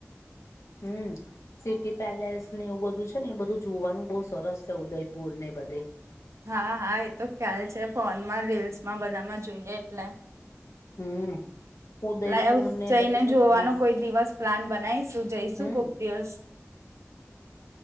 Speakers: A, on the left; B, on the right.
A: હમ્મ. સિટી પેલેસને એવું બધું છે ને એ બધું જોવાનું બહુ સરસ છે ઉદયપુરને બધે
B: હા હા એ તો ખ્યાલ છે ફોનમાં રીલ્સમાં બધામાં જોઈએ એટલે.
A: હમ્મ. ઉદયપુરને
B: લાવ જઈને
A: બધે તો
B: જોવાનો
A: મસ્ત
B: કોઈ દિવસ પ્લાન બનાવીશું જઈશું
A: હમ્મ.
B: કોક દિવસ